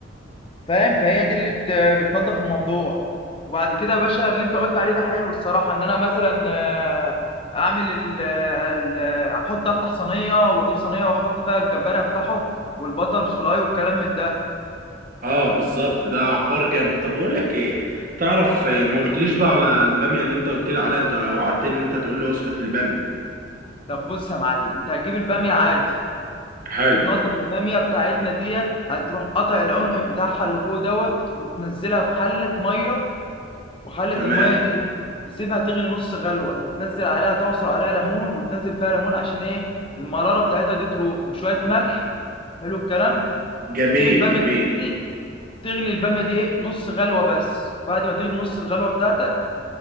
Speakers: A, on the left; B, on the right.
A: فاهم فهي دي اللي بت... بتنظف الموضوع وبعد كده يا باشا اللي انت قلت عليه ده حلو الصراحه ان انا مثلا آه، اعمل ال... ال... احط افتح صينيه واجيب صينيه واحط فيها الجمبري افتحه والبتر فلاي والكلام من ده
B: اه بالظبط ده حوار جامد طب بقول لك ايه تعرف آه، ما قلتليش بقى على الباميه اللي انت قلت لي عليها انت وعدتني ان انت تقول لي وصفه الباميه
A: طب بص يا معلم انت هتجيب الباميه عادي
B: حلو
A: وتنضف الباميه بتاعتنا ديت هتروح قطع العنق بتاعها اللي فوق دوت وتنزلها في حله ميه وحله
B: تمام
A: الميه دي تسيبها تغلي نص غلوه وتنزل عليها تعصر عليها ليمون وتنزل فيها ليمون عشان ايه المراره بتاعتها دي تروح وشويه ملح حلو الكلام
B: جميل
A: وتسيب الباميه
B: جميل
A: تغلي تغلي الباميه دي ايه نص غلوه بس بعد ما تغلي نص الغلوه بتاعتك